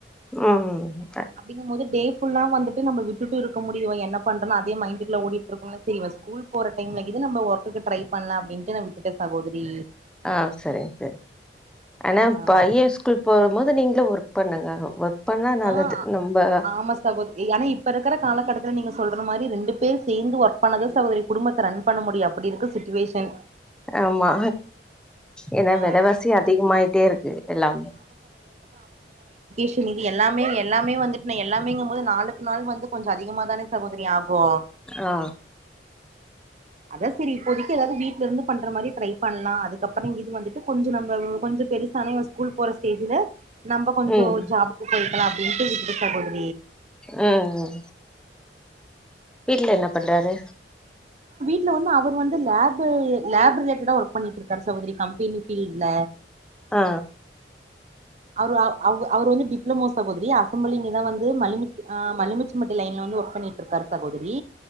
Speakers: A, in the centre; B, on the right.
A: ம்
B: அப்டிங்கும் போது டே ஃபுல்லா வந்துட்டு நம்ம விட்டுட்டு இருக்க முடியும் என் னா பண்றன்னா அதே மைண்ட்டு குள்ள ஓடிட்ருக்குல்ல சேரி இவ ஸ்கூல் போற டைம்ல இது நம்ம ஒர்க்குக்கு ட்ரை பண்லாம் அப்படின்ட்டு நா விட்டுட்ட சகோதரி
A: ஆ சரிங் சரி ஆனா
B: ஆ
A: பையஸ்கூல் போகும் போது நீங்க ஒர்க் பண்ணுங்க ஒர்க் அப்பனா நல்லது
B: ஆ
A: நம்ப
B: ஆமா சகோதரி ஆனா இப்ப இருக்கிற காலகட்டத்துல நீங்க சொல்ற மாதிரி ரெண்டு பேர் சேர்ந்து ஒர்க் பண்ணத சகோதரி குடும்பத்த ரன் பண்ண முடியும் அப்படி இருக்கு சுச்சுவேஷன்
A: ஆமா ஏன்னா
B: ஆ
A: வெலவாசி அதிகமாயிட்டே இருக்கு எல்லாமே
B: ஷ இது எல்லாமே எல்லாமே வந்துட்டு நான் எல்லாமேங்கு போது நாளுக்கு நாள் வந்து கொஞ்ச அதிகமா தான சகோதரி ஆகும்
A: ஆ
B: அதா சரி இப்போதைக்கு எதாது வீட்டு இங்க இருந்து பண்ற மாரி ட்ரை பண்ணலா அதுக்கப்புறம் இத் வந்துட்டு கொஞ்ச நம்ப கொஞ்ச பெருசானே இவ ஸ்கூல் போற ஸ்டேஜ்ல நம்ம கொஞ்சொ
A: ம்
B: ஜாபுக்கு போய் ல அப்படின்ட்டு விட்டுட்ட சகோதரி
A: ம் வீட்ல என்ன பண்றாரு
B: ட்ல வந்து அவுர் வந்து லேப் லேப் ரிலேட்டடா ஒர்க் பண்ணிட்டு இருக்காரு சகோதரி கம்பெனி ஃபீல்டுல
A: ஆ
B: அவுரு அவு அவு அவுர் வந்து டிப்ளமோஸ் சகோதரி அஸ் செம்பலிங்கதா வந்து மலிமி அ மலிமித் ச்சமட்டி லைன்ல வந்து ஒர்க் பண்ணிட்டுருக்காரு சகோதரி